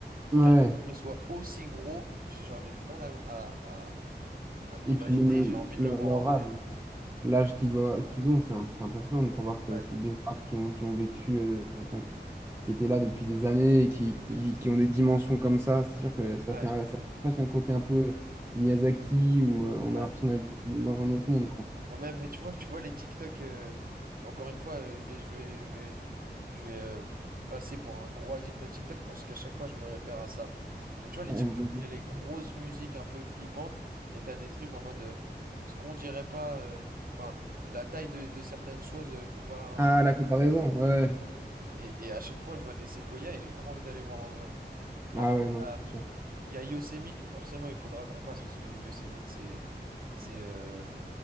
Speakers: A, on the right; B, on the right.
A: Ouais. Ouais.
B: Qu'un arbre soit aussi gros, j'ai genre j'ai du mal à, à, à- à me
A: Et
B: l'imaginer,
A: puis même le-
B: j'ai envie
A: le-
B: de le voir
A: leur
B: en
A: âge,
B: vrai.
A: l'âge qu'ils doivent, qu'ils ont, c'est imp- c'est impressionnant de savoir que
B: Ouais,
A: c'est des arbres qui ont, qui ont vécu, euh, enfin, qui, qui étaient là depuis des années et qui, qui, qui ont des dimensions comme ça. C'est sûr que ça
B: ouais,
A: fait, un- ça fait presque un côté un peu Miyazaki où euh, on
B: ouais.
A: a l'impression d'être dans un autre monde, quoi.
B: Ou même, mais tu vois, tu vois les TikTok. euh, encore une fois, euh, je vais, je vais, je vais, je vais euh, passer pour un gros addict à TikTok parce qu'à chaque fois, je me réfère à ça. Mais tu vois les
A: Ouais,
B: TikTok où il y a les grosses musiques un peu flippantes et t'as des trucs en mode euh, ce qu'on dirait pas. euh, Enfin, la taille de, de certaines choses euh, comparé à un
A: Ah,
B: humain.
A: la comparaison, ouais. ouais.
B: Et, et à chaque fois, je vois des séquoias et j'ai trop envie d'aller voir en vrai. Après,
A: Ah ouais, non,
B: il
A: mais
B: y a
A: c'est sûr.
B: il y a Yosemite où forcément il faudra qu'on passe parce que Yosemite, c'est, c'est, euh,